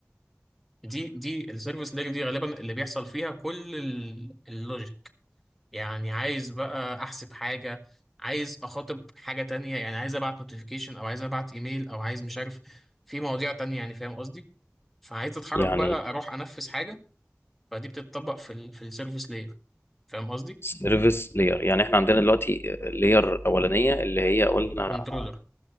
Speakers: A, in the centre; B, on the left.
A: دي دي السيرفيس لاير دي غالبا اللي بيحصل فيها كل ال- اللوجيك يعني عايز بقى احسب حاجة عايز اخاطب حاجة تانية يعني عايز ابعت نوتيفيكيشن او عايز ابعت ايميل او عايز مش عارف في مواضيع تانية يعني فاهم قصدي فعايز اتحرك
B: يعني
A: بقى اروح انفذ حاجة فدي بتتطبق في ال في السيرفيس لاير فاهم قصدي
B: سيرفيس لاير يعني إحنا عندنا دلوقتي لاير أولانية اللي هي قلنا
A: كنترولر